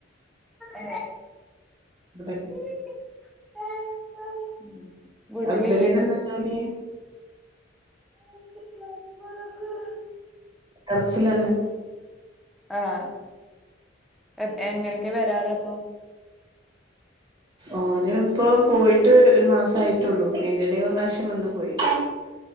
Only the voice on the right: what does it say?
അ <unintelligible> ഇവിടെ ഇന്ന്
ഹസ്ബൻ്റിന് എന്താ ജോലി.
ദർസിലാണ്.
ഓന് ഇപ്പോ പോയിട്ട് ഒരു മാസയിട്ടോള്ളൂ അതിന്റെടയിൽഒരു പ്രാവിശ്യം വന്നു പോയി.